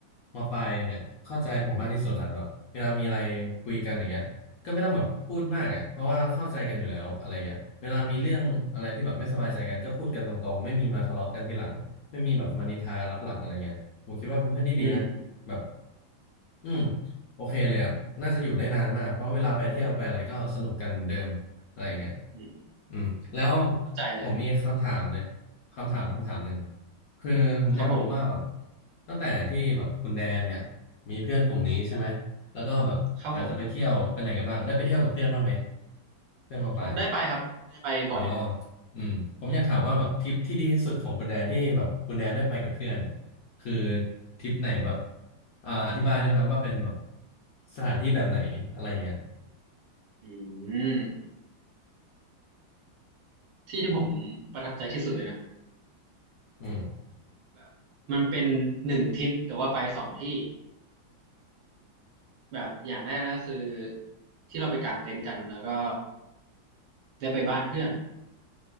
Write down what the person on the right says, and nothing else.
อืม
อืม
เข้าใจเลยครับ
ครับผม
ครับผม
โอ้ได้ไปครับได้ไปบ่อยแล้ว
อืมที่ที่ผมประทับใจที่สุดเลยนะ
แบบมันเป็นหนึ่งทริปแต่ว่าไปสองที่แบบอย่างแรกก็คือที่เราไปกางเต็นท์กันแล้วก็ได้ไปบ้านเพื่อน